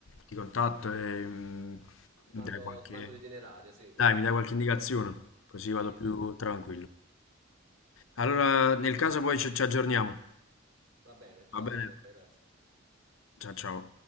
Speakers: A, on the left; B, on the right.
A: ti contatto e mm,
B: Ti
A: mi
B: mando,
A: dai qualche,
B: ti mando l'itinerario, sì.
A: dai,
B: <laughs>
A: mi dai qualche indicazione, così
B: Sì,
A: vado più
B: sì, sì.
A: tranquillo. Allora, nel caso poi ci ci aggiorniamo.
B: Va bene, ciao
A: Va bene?
B: Giuseppe, grazie.
A: Ciao ciao.